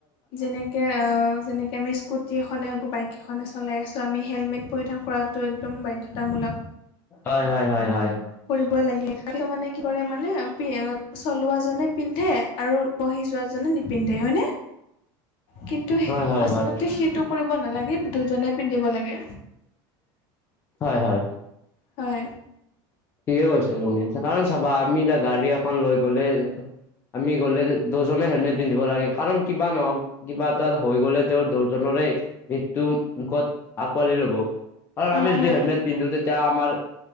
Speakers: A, on the left; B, on the left.
A: যেনেকে-যেনেকে আমি স্কুট টি এখনে বাইক এখনে চলাই আছোঁ আমি হেলমেট পৰিধান কৰাটো একদম বাধ্যতামূলক।
B: হয়-হয়-হয়-হয়।
A: কৰিবই লাগে কিছুমানে মানে কি কৰে মানে চলোৱা জনে পিন্ধে আৰু বহি যোৱাজনে নিপিন্ধে হয়নে? কিন্তু
B: <inaudible> হয়-হয়-হয়।
A: আচলতে সেইটো কৰিব নালাগে দুজনে পিন্ধিব লাগে
B: হয়-হয়।
A: হয়।
B: ঠিকে কৈছা তুমি কাৰণ চাবা আমি এতিয়া গাড়ী এখন লৈ গ'লে আমি গ'লে দুইজনে হেলমেট পিন্ধিব লাগে, কাৰণ কিবা নহওঁক কিবা এটা হৈ গ'লে তেওঁ দুজনেই মৃত্যু মুখত আকোঁৱালি ল'ব আৰু
A: হয়
B: আমি যদি
A: হয়।
B: হেলমেট পিন্ধো তেতিয়া আমাৰ